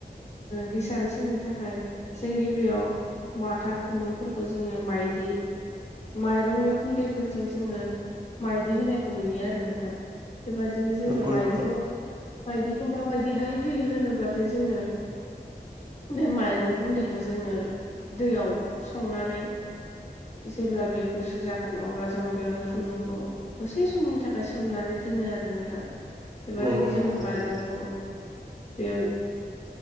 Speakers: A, on the left (about 40°); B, on the right (about 25°).
A: हिसान सोंनो थाखाय जों गिबियाव माथा खुन्दुंफोरखौ जोङो माइदि माइरंनि गुन्दैफोरजों जोङो माइदि होनायखौ नुयो आरो नोंथां बेबदिनो जोङो
B: नंगौ
A: माइदिखौ
B: नोंथां
A: माइदिखौ माबायदिहाय होयो होनोब्लाथाय जोङो
B: <inaudible>
A: बे माइरं गुन्दैखौ जोङो दैयाव संनानै जेब्ला बेयो गुसु जागोन अब्ला जोंङो बेवहाय खुन्दुंखौ दसे समनि थाखाय सोमनानै दोनो आरो नोंथां बेबदिनो
B: नंगौ नोंथां
A: जोङो
B: थारैनो
A: माइरंखौ बेयाव